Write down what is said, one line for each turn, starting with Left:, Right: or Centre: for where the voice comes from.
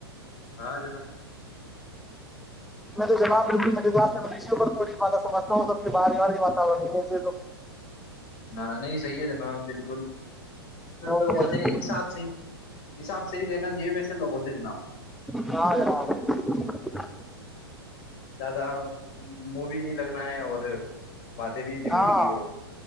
Left: ہاں جناب
Centre: میں تو جناب بالکل میرے پاس بی ہوں تھوڑی بات سمجھ ہوں سب بار واتا سے تو
Left: ہ نہیں صحیح ہے جناب بالکل
Centre: ہاں
Left: لوگوں سے ساتھ س حساب سےحی رہنا چاہیے ویسے لوگوں سے جناب
Centre: ہاں جاں <unintelligible>
Left: زیادہ منہ بھی نہیں لگنا ہے اور باتیں بھی لمٹ
Centre: ہاں
Left: کی ہو